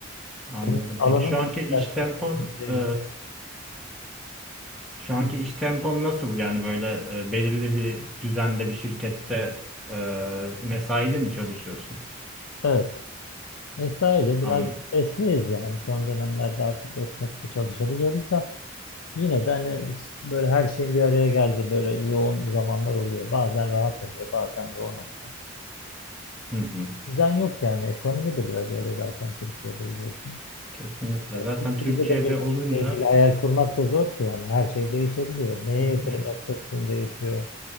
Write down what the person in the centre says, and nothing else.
Anladım.
Peki şu anki
iş
tempon
e,
şu anki iş tempon nasıl? Yani böyle e, belirli bir düzende bir şirkette e, mesaiyle mi çalışıyorsun?
An
hı hı,
Kesinlikle.
Zaten
Türkiye'de
olunca
<laughs>